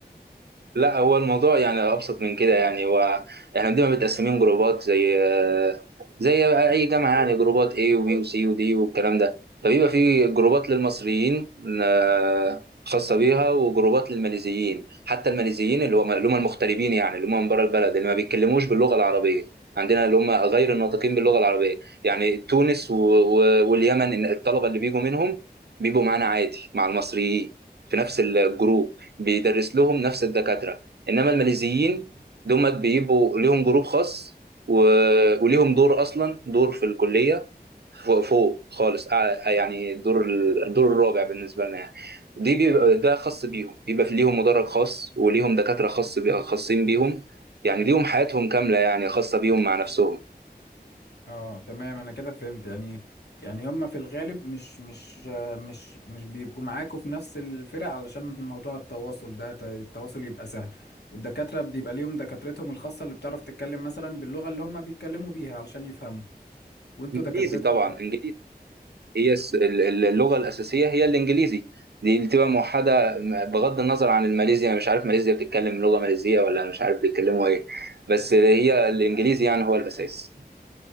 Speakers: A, on the right (about 75°); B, on the left (about 85°).
A: لا هو الموضوع يعني ابسط من كده يعني هو احنا بنبقى متقسمين جروبات زي زي اي جامعه يعني جروبات A وبي وسي ودي والكلام ده فبيبقى في جروبات للمصريين آه، خاصه بيها وجروبات للماليزيين حتى الماليزيين اللي هم اللي هم المغتربين يعني اللي هم من بره البلد اللي ما بيتكلموش باللغه العربيه عندنا اللي هم غير الناطقين باللغه العربيه يعني تونس و- و- واليمن إن الطلبه اللي بيجوا منهم بيبقوا معانا عادي مع المصريين في نفس الجروب بيدرس لهم نفس الدكاترة انما الماليزيين دول بيبقوا ليهم جروب خاص و... وليهم دور اصلا دور في الكلية فوق, فوق خالص أع- يعني الدور ال- الدور الرابع بالنسبة لنا يعني دي بيبقى ده خاص بيهم بيبقى في ليهم مدرج خاص وليهم دكاترة خاص بي... خاصين بيهم يعني ليهم حياتهم كاملة يعني خاصة بيهم مع نفسهم
B: اه تمام انا كده فهمت يعني يعني هما في الغالب مش مش آه، مش مش بيبقوا معاكوا في نفس الفرق علشان موضوع التواصل ده ت- التواصل يبقى سهل والدكاترة بيبقى ليهم دكاترتهم الخاصة اللي بتعرف تتكلم مثلا باللغة اللي هما بيتكلموا بيها علشان يفهموا وانتوا
A: انجليزي
B: دكاترتكم
A: طبعا انجليزي هي الس- ال- ال- اللغة الأساسية هي الإنجليزي دي اللي بتبقى موحدة بغض النظر عن الماليزيا أنا مش عارف ماليزيا بتتكلم لغة ماليزية ولا أنا مش عارف بيتكلموا إيه بس هي الإنجليزي يعني هو الأساس